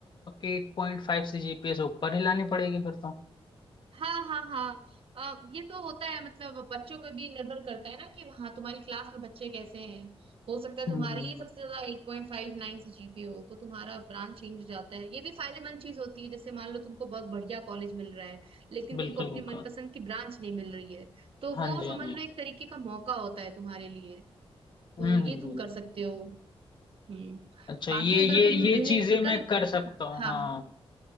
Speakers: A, on the left (about 50°); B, on the right (about 65°).
A: एट पॉइंट फाइव से जीपीए से ऊपर ही लानी पड़ेगी फिर तो
B: हाँ हाँ हाँ अ, ये तो होता है मतलब बच्चों पे भी निर्भर करता है ना कि हाँ तुम्हारी क्लास में बच्चे कैसे हैं हो सकता है
A: हम्म
B: तुम्हारी
A: हम्म,
B: ही सबसे
A: हम्म,
B: ज्यादा एट पॉइंट फाइव नाइन से जीपी हो तो तुम्हारा ब्रांच चेंज हो जाता है ये भी फायदेमंद चीज होती है जैसे मान लो तुमको बहुत बढ़िया कॉलेज मिल रहा है लेकिन
A: बिल्कुल
B: तुमको अपनी
A: बिल्कुल
B: मनपसंद की ब्रांच नहीं मिल रही है तो
A: हाँ
B: वो
A: जी हाँ
B: समझ
A: जी
B: लो एक तरीके का मौका होता है तुम्हारे लिए तो
A: हम्म
B: ये
A: हम्म हम्म।
B: तुम कर सकते हो हम्म
A: अच्छा
B: बाकी
A: ये
B: अगर
A: ये
B: तुम
A: ये
B: इलेक्ट्रिकल
A: चीजें मैं कर सकता हूँ
B: हाँ
A: हाँ